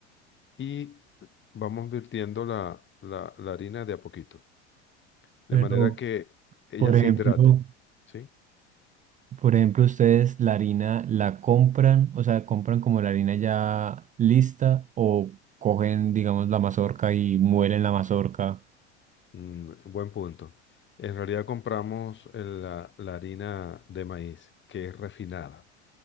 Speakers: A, on the left (about 30°); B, on the right (about 20°).
A: y vamos virtiendo la, la, la harina de a poquito, de
B: Pero,
A: manera que ella
B: por
A: se
B: ejemplo,
A: hidrate, ¿sí?
B: por ejemplo, ustedes la harina la compran, o sea, compran como la harina ya lista o cogen, digamos, la mazorca y muelen la mazorca.
A: Mm, buen punto. En realidad compramos eh, la la harina de maíz, que es refinada.